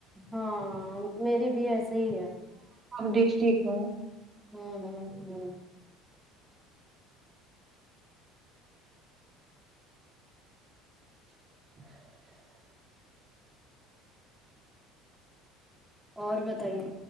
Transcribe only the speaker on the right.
ڈسٹک ہوں
<inaudible>